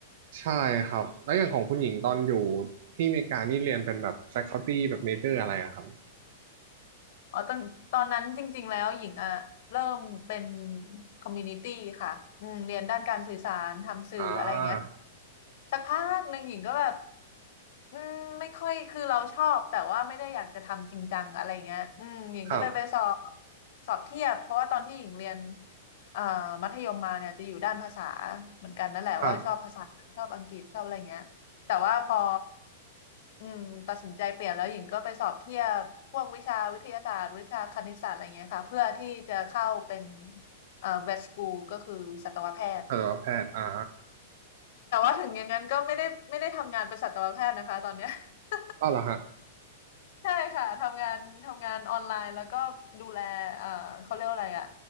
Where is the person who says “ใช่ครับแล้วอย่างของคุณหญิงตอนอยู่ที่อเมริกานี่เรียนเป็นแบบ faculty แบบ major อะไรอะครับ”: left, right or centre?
Right